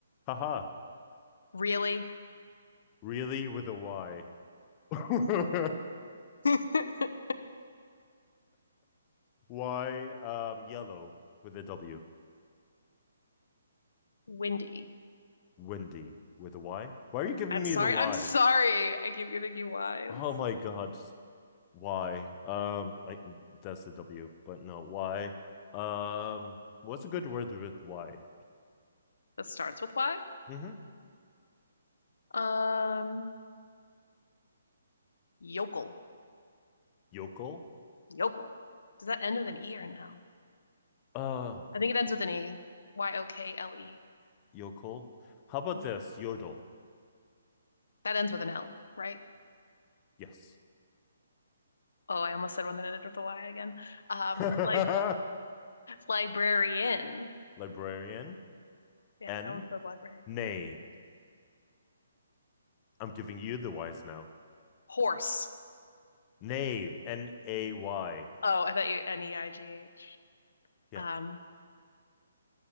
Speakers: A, on the left; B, on the left.
A: Haha.
B: Really?
A: Really with a Y. <laughs>
B: <laughs>
A: Why um yellow with a W?
B: Windy.
A: Windy with a Y? Why are you giving
B: I'm
A: me
B: sorry.
A: the Y's?
B: I'm sorry. I keep giving you whys.
A: Oh my god. Why? Um I that's the W, but no, why? Um what's a good word with Y?
B: that starts with Y.
A: Mm-hmm.
B: Um, yokel.
A: Yokel?
B: Yokel. Does that end with an E or an L?
A: Uh
B: I think it ends with an E. Y O K L E.
A: yokel. How about
B: Yeah.
A: this? Yodel.
B: That ends with an L, right?
A: Yes.
B: Oh, I almost said one that ended with a Y again. Um,
A: <laughs>
B: lib librarian.
A: Librarian.
B: Yeah,
A: N.
B: I almost said library.
A: Nay. I'm giving you the Y's now.
B: Horse.
A: Nay. N A Y.
B: Oh, I thought you N E I G H.
A: Yeah,
B: Um,